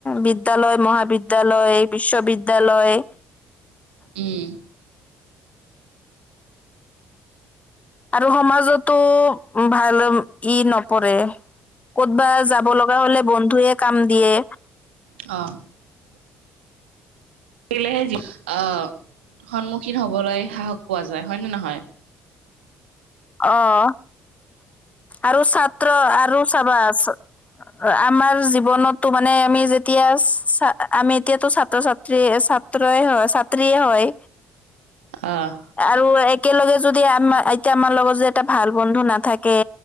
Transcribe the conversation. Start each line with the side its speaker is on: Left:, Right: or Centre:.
Left: বিদ্যালয় মহাবিদ্যালয় বিশ্ববিদ্যালয়।
Right: উম।
Left: আৰু সমাজতো ভাল ই নপৰে। ক'তবা যাব লগা হ'লে বন্ধুৱে কাম দিয়ে।
Right: অ'। কিলেহে জী-আ, সন্মুখীন হ'বলৈ সাহস পোৱা যায়। হয় নে নহয়?
Left: অ', আৰু ছাত্ৰ আৰু চাবা ছা আমাৰ জীৱনতো মানে আমি যেতিয়া ছা-আমি এতিয়াতো ছাত্ৰ-ছাত্ৰী ছা হয় ছাত্ৰীয়ে হয়।
Right: অহ'।
Left: আৰু একেলগে যদি আমাৰ এতিয়া আমাৰ লগত যে এটা ভাল বন্ধু নাথাকে-